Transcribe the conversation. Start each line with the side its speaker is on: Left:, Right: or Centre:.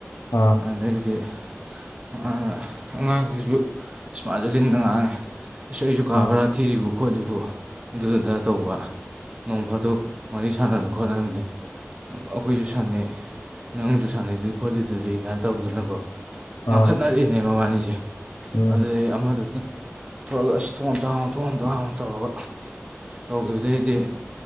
Left: ꯑꯥ
Right: ꯑꯗꯩꯗꯤ ꯑꯉꯥꯡꯅ ꯑꯉꯥꯡꯗꯨꯖꯨ ꯏꯁ ꯃꯥꯖꯨ ꯂꯤꯡꯅ ꯉꯥꯡꯉꯦ ꯁꯤ ꯑꯩꯖꯨ ꯀꯥ
Left: ꯑꯥ
Right: ꯕꯔꯥ ꯊꯤꯔꯤꯕꯨ ꯈꯣꯠꯂꯤꯕꯨ ꯑꯗꯨꯑꯗꯥ ꯇꯧꯕ ꯅꯣꯡ ꯐꯥꯗꯣꯛ ꯋꯥꯔꯤ ꯁꯥꯟꯅꯕ ꯈꯣꯠꯅꯕꯅꯦ ꯑꯩꯈꯣꯏꯖꯨ ꯁꯥꯟꯅꯩ ꯅꯪꯖꯨ ꯁꯥꯟꯅꯩꯗꯨꯗꯤ ꯈꯣꯠꯂꯤꯗꯨꯗꯤ ꯒꯥꯏꯟ ꯇꯧꯗꯅꯀꯣ
Left: ꯑꯥ
Right: ꯉꯥꯡꯈꯠꯅꯔꯛꯑꯦꯅꯦ ꯃꯕꯥꯅꯤꯖꯦ
Left: ꯎꯝ
Right: ꯑꯗꯨꯗꯩ ꯑꯃꯗꯨ ꯊꯣꯂꯛꯑꯒ ꯑꯁ ꯊꯣꯡ ꯑꯝꯇ ꯍꯥꯡꯉꯣ ꯊꯣꯡ ꯑꯝꯇ ꯍꯥꯡꯉꯣ ꯇꯧꯔꯒ ꯇꯧꯒꯤꯕꯗꯩꯗꯤ